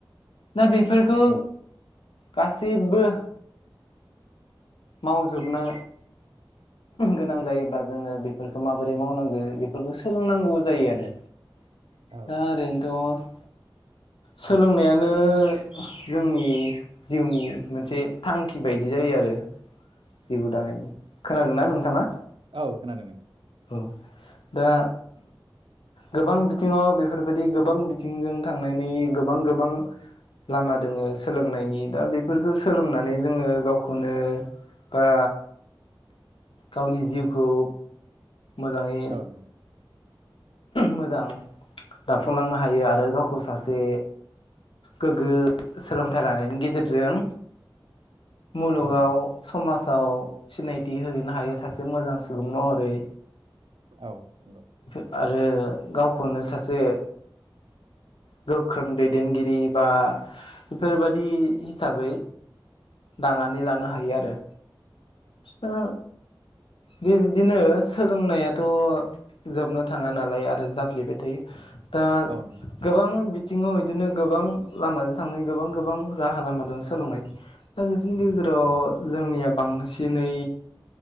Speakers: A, on the left; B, on the right.
A: दा बेफोरखौ
B: औ
A: गासिबबो मावजोबनो गोनां जायोब्ला जोङो बेफोरखौ माबोरै मावनांगो बेफोरखौ सो सोलोंनांगौ जायो आरो
B: औ
A: दा ओरैनोथ' सोलोंनायानो जोंनि जिउनि मोनसे थांखि बायदि जायो आरो जिउ दानायनि खोनादोंना नोंथाङा?
B: औ खोनादों नों
A: औ दा गोबां बिथिङाव बेफोरबायदि गोबां बिथिंजों थांनायनि गोबां गोबां लामा दोङो सोलोंनायनि दा बेफोरखौ सोलोंनानै जोङो गावखौनो बा गावनि जिउखौ मोजाङै
B: औ नों
A: मोजां दाफुंलांनो हायो आरो गावखौ सासे गोग्गो सोलोंथाइ लानायनि गेजेरजों मुलुगाव
B: औ नों
A: समाज आव सिनायथि होहोनो हायो सासे मोजां सुबुं महरै‌।
B: औ नंग <unintelligible>
A: आरो गावखौनो सासे गोख्रों दैदेनगिरि बा बेफोरबादि हिसाबै दानानै लानो हायो आरो दा बेबायदिनो सोलोंनायाथ जोबनो थाङा नालाय आरो जाफ्लेबाय थायो दा
B: औ नंगौ
A: गोबां बि थिङाव बिदिनो गोबां लामाजों थांनाय गोबां गोबां राहा लामा दं सोलोंनाय दा बेफोरनि गेजेराव जोंनिया बांसिनै